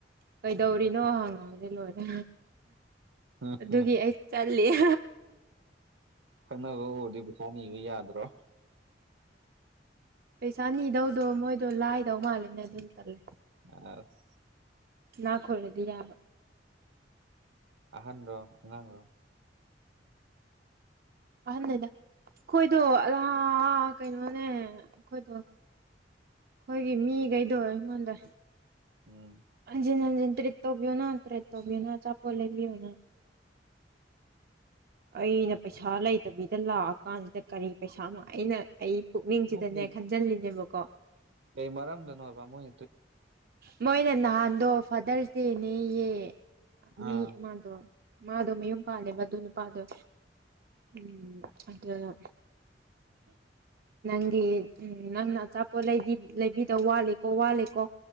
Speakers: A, on the right; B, on the right.
A: ꯀꯩꯗꯧꯔꯤꯅꯣ
B: ꯑꯗꯨ
A: ꯍꯪꯉꯣ ꯂꯣꯏꯔꯦ
B: ꯎꯝ
A: ꯑꯗꯨꯒꯤ
B: ꯎꯝ
A: ꯑꯩ ꯇꯥꯜꯂꯤꯍꯦ
B: ꯈꯪꯅꯕ ꯎꯔꯗꯤ ꯄꯩꯁꯥ ꯅꯤꯕ ꯌꯥꯗ꯭ꯔꯣ
A: ꯄꯩꯁꯥꯅꯤꯗꯧꯗꯣ ꯃꯣꯏꯗꯣ ꯂꯥꯏꯗꯧ ꯃꯥꯜꯂꯦꯅꯦ ꯑꯗꯨꯝ ꯇꯜꯂꯦ
B: ꯑꯁ
A: ꯢꯅꯛ ꯈꯨꯜꯂꯗꯤ ꯌꯥꯕ
B: ꯑꯍꯟ ꯔꯣ ꯑꯉꯥꯡ ꯔꯣ
A: ꯑꯍꯥꯟꯅꯤꯗ ꯑꯩꯈꯣꯏꯗꯣ ꯑꯜꯂꯥ ꯀꯩꯅꯣꯅꯦ ꯑꯩꯈꯣꯏꯗꯣ ꯑꯩꯈꯣꯏꯒꯤ ꯃꯤ ꯀꯩꯗꯣ ꯑꯩꯉꯣꯟꯗ
B: ꯎꯝ
A: ꯍꯟꯖꯤꯟ ꯍꯟꯖꯤꯟ ꯇꯔꯦꯠ ꯇꯧꯕꯤꯌꯨꯅ ꯇꯔꯦꯠ ꯇꯧꯕꯤꯌꯨꯅ ꯑꯆꯥꯄꯣꯠ ꯂꯩꯕꯤꯌꯣꯅ ꯑꯩꯅ ꯄꯩꯁꯥ ꯂꯩꯇꯕꯤꯗ ꯂꯥꯛꯑꯀꯥꯟꯁꯤꯗ ꯀꯔꯤ ꯄꯩꯁꯥ ꯑꯃ ꯑꯩꯅ ꯑꯩ ꯄꯨꯛꯅꯤꯡꯁꯤꯗꯅꯦ
B: ꯅꯠꯇꯦ
A: ꯈꯟꯖꯤꯜꯂꯤꯅꯦꯕꯀꯣ
B: ꯀꯩ ꯃꯔꯝꯗꯅꯣꯕ ꯃꯣꯏ
A: ꯃꯣꯏꯅ ꯅꯍꯥꯟꯗꯣ ꯐꯥꯗꯔ ꯇꯦꯅꯦꯌꯦ
B: ꯑꯥ
A: ꯃꯤ ꯃꯥꯗꯣ ꯃꯥꯗꯣ ꯃꯌꯨꯝ ꯄꯥꯜꯂꯦꯕꯗꯨ ꯅꯨꯄꯥꯗꯣ ꯎꯝ ꯑꯗꯨꯗ
B: ꯎ <inaudible>
A: ꯅꯪꯒꯤ ꯅꯪꯅ ꯑꯆꯥꯄꯣꯠꯗꯤ ꯂꯩꯕꯤꯗ ꯋꯥꯠꯂꯤꯀꯣ ꯋꯥꯠꯂꯤꯀꯣ